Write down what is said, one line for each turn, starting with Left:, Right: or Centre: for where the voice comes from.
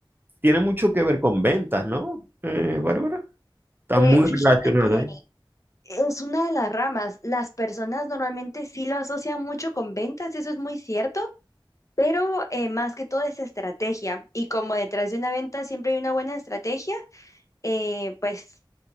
Right: tiene mucho que ver con ventas, ¿no? Eh, Bárbara, está
Left: Eh,
Right: muy
Left: fíjate
Right: relacionado
Left: que
Right: ahí.
Left: es una de las ramas, las personas normalmente sí lo asocian mucho con ventas, eso es muy cierto. Pero eh, más que todo es estrategia. Y como detrás de una venta siempre hay una buena estrategia, eh, pues,